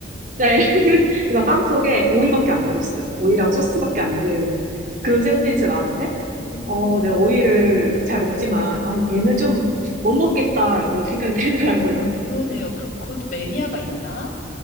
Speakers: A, on the right; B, on the left.
A: 네. <laughs> 그래서 빵 속에 오이밖에
B: 음.
A: 안 들었어요. 오이랑 소스밖에 안 든 그런 샌드위치가
B: 음.
A: 나왔는데,
B: 오,
A: 어, 내가 오이를 잘 먹지만, 아, 얘는
B: 예,
A: 좀 못 먹겠다라고 생각이 들더라고요.
B: 그러네요. 그, 그것도 매니아가 있나?